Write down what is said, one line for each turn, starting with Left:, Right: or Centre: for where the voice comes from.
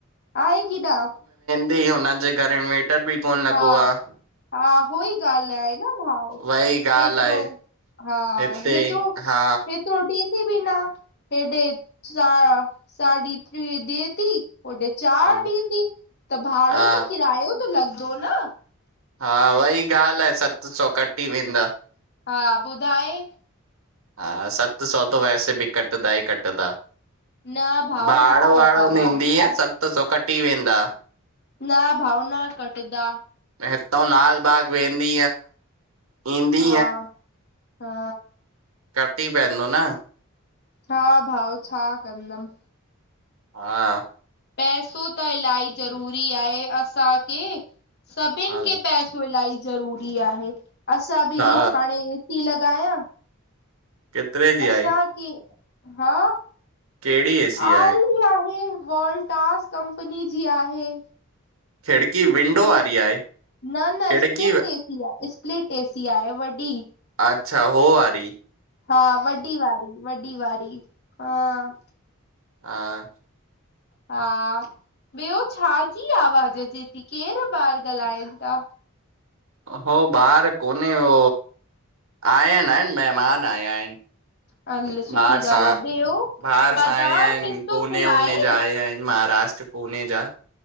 Left: आहे कि न।
Right: हिते हुन जे घर इनवेटर बि कोन लॻो
Left: हा
Right: आहे।
Left: हा उहा ई ॻाल्हि आहे न भाऊ
Right: वई ॻाल्हि
Left: हेतिरो।
Right: आहे
Left: हा
Right: हिते
Left: हेतिरो
Right: हा
Left: हेतिरो ॾींदी बि न। हेॾां साढा टे ॾिए थी। होॾे चार
Right: हा
Left: ॾींदी त भाड़ो
Right: हा
Left: त किरायो त लॻंदो न।
Right: हा वई ॻाल्हि आहे सत सौ कटी वेंदा।
Left: हा ॿुधाए।
Right: हा सत सौ त वैसे बि कटन्दा ई कटन्दा।
Left: न भाव
Right: भाड़ो
Left: न कटदा
Right: वाड़ो ॾींदीअ त सत सौ कटी वेंदा
Left: न भाऊ न कटंदा।
Right: हितो लाल बाग वेंदी ईंदी।
Left: हा हा,
Right: कट ई पवंदो न
Left: हा भाऊ छा कंदम।
Right: हा,
Left: पैसो त इलाही ज़रूरी आहे असांखे। सभिनि
Right: हा
Left: खे पैसो इलाही ज़रूरी आहे असां बि
Right: हा
Left: हाणे ए सी। ॻांया <unintelligible>
Right: केतिरे जी
Left: असांखे
Right: आई?
Left: हा
Right: कहिड़ी एसी
Left: आई
Right: आहे
Left: आहे। वॉल्टास कंपनी जी आहे।
Right: खिड़की विंडो
Left: न
Right: वारी आहे
Left: न
Right: खिड़की
Left: स्पिलेटएसी स्पिलेटएसी आहे वॾी।
Right: अच्छा हो वारी।
Left: हा वॾी वारी वॾी वारी हां।
Right: <inaudible>
Left: हा। ॿियो छा जी आवाज़ु अचे थी केरु ॿार ॻाल्हाइनि था।
Right: हो ॿार कोन्हे हो आया आहिनि महिमान आया आहिनि।
Left: हल सुठी
Right: बाहिर सां
Left: ॻाल्हि आहे ॿियो
Right: बाहिर
Left: बादाम
Right: सां आया आहिनि
Left: पिस्तो
Right: पुने
Left: खिलाए
Right: उने जा आया आहिनि। महाराष्ट्र पुने जा।